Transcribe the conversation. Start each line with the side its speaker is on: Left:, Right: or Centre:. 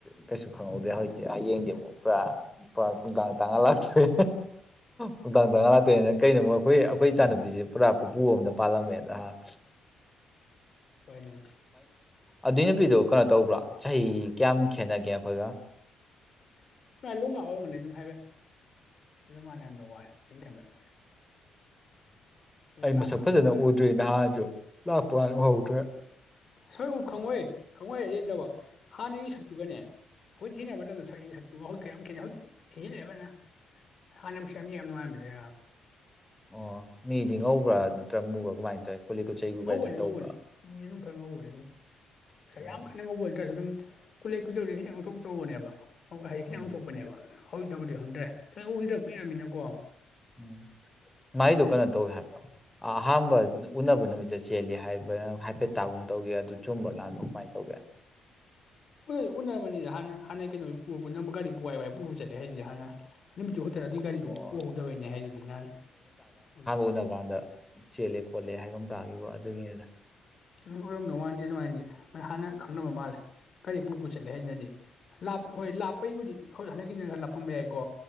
Centre: ꯀꯩꯁꯨ ꯈꯪꯍꯧꯗꯦ ꯍꯧꯖꯤꯛꯇꯤ ꯌꯦꯡꯉꯣ ꯄ ꯅꯨꯡꯗꯥꯡ ꯇ ꯂꯥꯀꯇꯣꯏ ꯅꯨꯡꯗꯥꯡ ꯇꯔꯥꯉꯥ ꯂꯥꯛꯇꯣꯏꯅꯤꯅ ꯀꯩꯅꯣ ꯑꯩꯈꯣꯏ ꯑꯩꯈꯣꯏ ꯏ ꯆꯥꯟꯅꯨꯕꯤꯁꯦ ꯄꯨꯔꯥ ꯄꯨꯄꯨ ꯑꯝꯗ ꯄꯥꯜꯂꯝꯃꯦꯅ ꯅꯍꯥꯛ
Left: ꯍꯣꯏꯅꯤ
Centre: ꯑꯗꯨꯏ ꯅꯨꯄꯤꯗꯨꯣ ꯀꯩꯅꯣ ꯇꯧꯕ꯭ꯔꯥ ꯆꯍꯤ ꯀꯌꯥꯝ ꯈꯦꯠꯅꯒꯦ ꯑꯩꯈꯣꯏꯒ
Left: ꯂꯣꯡꯒꯥꯔꯕꯅꯦ ꯑꯗꯨꯝ ꯍꯥꯏꯐꯦꯠ ꯑꯗꯨꯝ ꯃꯥꯅ ꯌꯥꯝꯅ ꯋꯥꯂꯦ ꯑꯩꯅ ꯈꯕꯗ
Centre: ꯑꯩ
Left: ꯀ꯭ꯂꯥꯁ
Centre: ꯃꯁꯛ
Left: ꯑꯣꯏꯔꯝꯗꯧ
Centre: ꯐꯖꯅ
Left: ꯃꯥꯜꯂꯦ
Centre: ꯎꯗ꯭ꯔꯤ ꯅꯍꯥꯟꯁꯨ ꯂꯥꯛꯄ ꯀꯅ ꯎꯍꯧꯗ꯭ꯔꯦ
Left: ꯑꯁꯣꯏ ꯎ ꯈꯪꯉꯣꯏ ꯈꯪꯉꯣꯏꯔꯗꯩꯠꯇꯕ ꯍꯥꯟꯅꯒꯤ ꯁꯛꯇꯨꯒꯅꯦ ꯍꯣꯏ ꯊꯦꯡꯅ ꯃꯇꯝꯗ <unintelligible> ꯇ ꯍꯧꯖꯤꯛ ꯀꯌꯥ ꯌꯥꯝ ꯀꯦꯅꯩ ꯍꯧꯖꯤꯛꯇꯤ ꯊꯤꯖꯤꯜꯂꯛꯦꯕꯅ ꯍꯥꯟꯅꯁ ꯌꯥꯝ ꯃꯤ ꯌꯥꯝ ꯅꯨꯡꯉꯥꯏꯕꯅꯦ
Centre: ꯑꯣ ꯃꯤꯗꯤ ꯉꯧꯕ꯭ꯔꯥ ꯅꯠꯇ꯭ꯔ ꯃꯨꯕ꯭ꯔꯥ ꯀꯃꯥꯏꯅ ꯇꯧꯋꯤ ꯀꯨꯂꯩ ꯀꯨꯠ ꯆꯩꯒꯨꯕ
Left: ꯉꯧꯕꯅꯤ
Centre: ꯍꯥꯏꯗꯅ ꯇꯧꯕ꯭ꯔꯥ
Left: ꯉꯧꯕꯅꯤ ꯃꯤ ꯑꯗꯨꯝ ꯈꯪꯍꯧꯕꯅꯦ ꯑꯗꯨꯝ ꯉꯁꯥꯏ
Centre: ꯎꯝ
Left: ꯌꯥꯝ ꯀꯟꯅ ꯉꯧꯕ ꯅꯠꯇ꯭ꯔꯁꯨ ꯑꯗꯨꯝ ꯀꯨꯂꯩ ꯀꯨꯆꯧꯗ ꯈꯤꯇꯪ ꯑꯣꯟꯊꯣꯛ ꯇꯧꯕꯅꯦꯕ ꯍꯥꯏꯗꯤ ꯈꯤꯇꯪ
Centre: ꯎꯝ
Left: ꯑꯣꯟꯊꯣꯛꯄꯅꯦꯕ ꯍꯧꯗꯕꯨꯗꯤ ꯈꯪꯗ꯭ꯔꯦ ꯊ ꯎꯈꯤꯔꯛꯄ ꯏꯔꯝꯃꯤꯅꯀꯣ
Centre: ꯎꯝ ꯃꯥꯏꯗꯣ ꯀꯩꯅꯣ ꯇꯧꯋꯦ ꯍꯥꯏꯕ ꯑꯍꯥꯥꯟꯕ ꯎꯅꯕ ꯅꯨꯃꯤꯠ ꯆꯦꯜꯂꯤ ꯍꯥꯏꯕ ꯍꯥꯏꯐꯦꯠꯇꯥꯒꯨꯝ ꯇꯧꯒꯦ ꯑꯗꯨ ꯆꯨꯝꯕ ꯂꯥꯟꯕ ꯀꯃꯥꯏꯅ ꯇꯧꯒꯦ
Left: ꯎ ꯎꯅꯔꯝꯃꯅꯤꯅ ꯍꯥꯟꯅ ꯍꯥꯟꯅ ꯀꯩꯅꯣ ꯄꯨꯔ ꯒꯥꯔꯤ ꯄꯨꯏ ꯋꯥꯏ ꯄꯨꯕ ꯆꯠꯂꯦ ꯍꯥꯏꯁꯤꯗꯤ ꯍꯥꯟꯅ ꯅꯨꯃꯤꯠꯇꯨ ꯈꯛꯇꯔ ꯑꯗꯨꯏ ꯒꯥꯔꯤꯗꯨꯣ
Centre: ꯑꯣ
Left: ꯄꯣꯛꯍꯧꯗꯕꯩꯅꯦ ꯍꯥꯏꯗꯨꯗꯤ ꯅꯍꯥꯟ ꯑꯗꯨ
Centre: ꯄꯨꯅ ꯀꯥꯟꯗ ꯆꯦꯜꯂꯦ ꯈꯣꯠꯂꯦ ꯍꯥꯏꯕ ꯑꯃ ꯇꯥꯈꯤꯕ ꯑꯗꯨꯒꯤꯅꯤꯗ
Left: ꯑꯣꯏꯔꯝꯗꯧ ꯃꯥꯥꯟꯗꯦ ꯑꯗꯨꯃꯥꯏꯅꯗꯤ ꯍꯥꯟꯅ ꯈꯪꯅꯕ ꯃꯥꯜꯂꯦ ꯒꯥꯔꯤ ꯄꯨ ꯄꯨꯁꯠꯂꯦ ꯍꯥꯏꯁꯤꯅꯗꯤ ꯂꯥꯞ ꯍꯣꯏ ꯂꯥꯞꯄꯩꯕꯨꯗꯤ ꯍꯣꯏ ꯍꯟꯗꯛꯀꯤꯁꯤ ꯈ ꯂꯞꯄꯝꯕ ꯌꯥꯏꯀꯣ